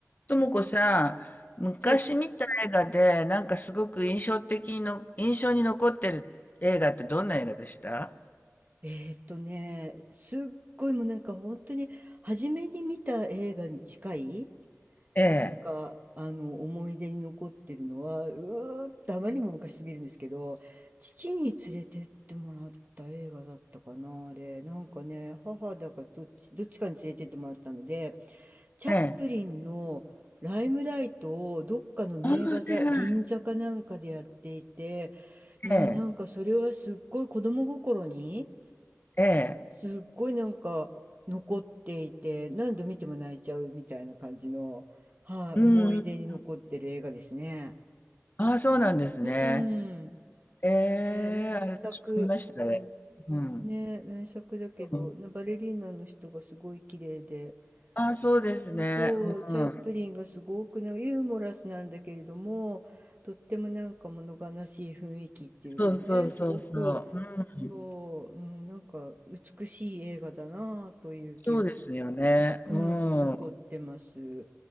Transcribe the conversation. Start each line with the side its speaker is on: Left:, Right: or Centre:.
Left: ともこさん、昔見た映画で、
Right: はい。
Left: なんかすごく印象的にの、印象に残ってる映画ってどんな映画でした
Right: えーっとね、すっごいもうなんか本当に初めに見た映画に近い、
Left: ええ。
Right: なんかあの思い出に残ってるのは、うーっとあまりにも昔すぎるんですけど、父に連れてってもらった映画だったかな、あれ。なんかね、母だかどっち、どっちかに連れてってもらったので、チャップリンのライムライトをどっかの名画座、
Left: ええ。ああ、はいはい。
Right: 銀座かなんかでやっていて、いやーなんかそれはすっごい子供心に、
Left: ええ。ええ。
Right: すっごいなんか残っていて、何度見ても泣いちゃうみたいな感じの、はい、
Left: うんうん。
Right: 思い出に残ってる映画ですね。
Left: ああ、そうなんですね。
Right: うん。
Left: ええ、
Right: ね、名作、
Left: あれ私も見ましたね。
Right: うん。
Left: うん。
Right: ね、名作だけど、
Left: うん
Right: なバレリーナの人がすごい綺麗で、
Left: ああ、そうですね。
Right: うん、そう、チャップリンがすごくなユーモラスなんだけれども、
Left: うん。
Right: とってもなんか物悲しい雰囲気っていうかね、
Left: そうそうそうそう。
Right: すごく、
Left: うん。
Right: そう、うん、なんか美しい映画だなあという記憶
Left: そうですよね。
Right: うん、
Left: うん。
Right: 残ってます。